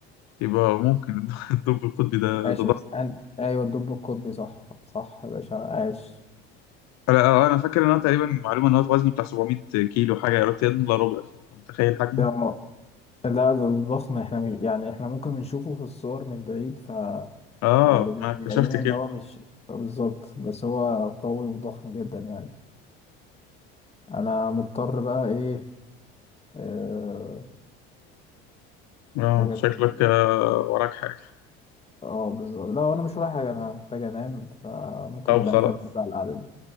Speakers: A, on the left (about 65°); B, on the left (about 20°).
A: يبقى ممكن الد- <laughs> الدب القطبي ده
B: ماشي
A: ده
B: بس أن... ايوه الدب القطبي صح صح يا باشا عاش
A: انا آه، انا فاكر ان هو تقريبا معلومه ان هو وزنه بتاع 700 كيلو حاجه يا ريت يلا ربع فانت متخيل حجمه
B: اه لا ده ضخم احنا مش... يعني احنا ممكن بنشوفه في الصور من بعيد ف
A: اه
B: يعني
A: ما اكتشفت
B: بيبقى لنا
A: كده
B: ان هو مش بالظبط بس هو قوي وضخم جدا يعني انا مضطر بقى ايه آه،
A: اه
B: محتاج ادخل
A: شكلك آه، وراك حاجه
B: اه بالظبط لا انا مش ورايا حاجه انا محتاج انام فممكن
A: طب
B: نبقى
A: خلاص
B: نكمل بقى القعده دي